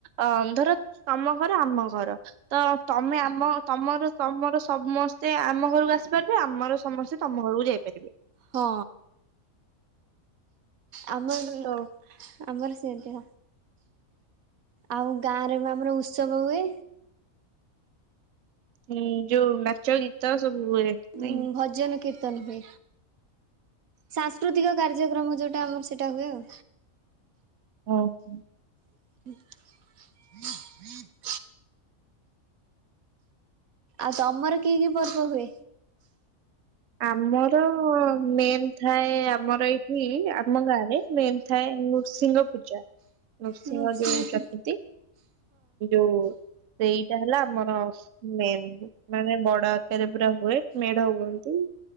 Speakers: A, on the right; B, on the right.
A: ଅ ଧର ତମ ଘର ଆମ ଘର ତ ତମେ ଆମ ତମର ତମର ସମସ୍ତେ ଆମ ଘରକୁ ଆସି ଆସି ପାରିବେ ଆମର ସମସ୍ତେ ତମ ଘରକୁ ଯାଇପାରିବେ।
B: ହଁ ଆମର
A: ତ
B: ଆମର ସେ <unintelligible> ଆଉ ଗାଁରେ ବି ଆମର ଉତ୍ସବ ହୁଏ।
A: ହୁଁ ଯୋଉ ନାଚ ଗୀତ ସବୁ ହୁଏ ନାଇଁ।
B: ଉଁ ଭଜନ କୀର୍ତ୍ତନ ହୁଏ। ସାଂସ୍କୃତିକ କାର୍ଯ୍ୟକ୍ରମ ଯୋଉ ସେଟା ଆମର ସେଇଟା ହୁଏ ଆଉ।
A: ହଉ ହୁଁ।
B: <unintelligible> ଆଉ ତମର କି କି ପର୍ବ ହୁଏ?
A: ଆମର ମେନ ଥାଏ ଆମର ଏଇଠି ଆମ ଗାଁ ରେ ମେନ୍ ଥାଏ ନୃସିଂହ ପୂଜା ନୃ ସିଂହ
B: ହଁ
A: ଯୋଉ ଚର୍ତୁଥି ଯୋଉ ସେଇଟା ହେଲା ଆମର ମେନ ମାନେ ବଡ ଆକାରରେ ପୁରା ହୁଏ ମେଢ ହୁଅନ୍ତି।